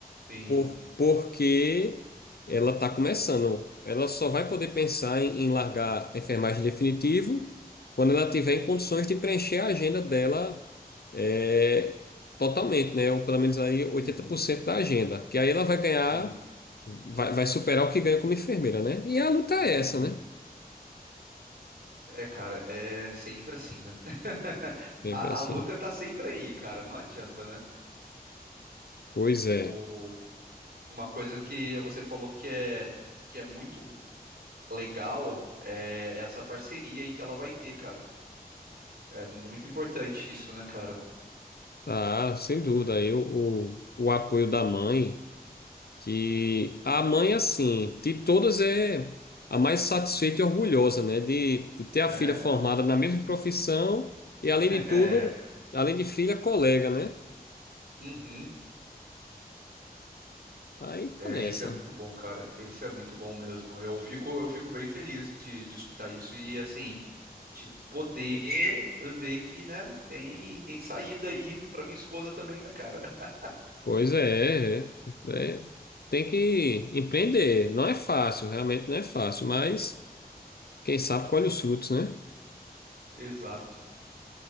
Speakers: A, on the right; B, on the left.
A: Sim.
B: Por, porque ela está começando. Ela só vai poder pensar em, em largar a enfermagem definitivo quando ela tiver em condições de preencher a agenda dela é, totalmente, né? Ou pelo menos aí oitenta
A: Uhum.
B: por cento da agenda. Que aí ela vai ganhar,
A: Uhum.
B: vai, vai superar o que ganha como enfermeira, né? E a luta é
A: Hum.
B: essa, né?
A: É, cara, é sempre assim, né? <laughs>
B: Sempre
A: A,
B: assim.
A: a luta tá sempre aí, cara. Não adianta, né?
B: Pois é.
A: O, uma coisa que você falou que é, que é muito legal é essa parceria aí que ela vai ter, cara. É muito importante isso, né, cara?
B: Ah, sem dúvida. Aí o, o, o apoio da mãe. Que a mãe, assim, de todas é a mais satisfeita e orgulhosa, né? De, de ter a
A: É.
B: filha formada na mesma profissão e, além
A: <laughs>
B: de
A: É.
B: tudo, além de filha, colega, né?
A: Uhum.
B: Aí tá
A: É,
B: nessa.
A: isso é muito bom, cara. Isso é muito bom mesmo. Eu fico, eu fico bem feliz de, de escutar isso e assim, de poder ver que, né, tem, tem saída aí pra minha esposa também, né, cara? <laughs>
B: Pois é, é, é. Tem que empreender. Não é fácil, realmente não é fácil, mas quem sabe colhe os frutos, né?
A: Exato.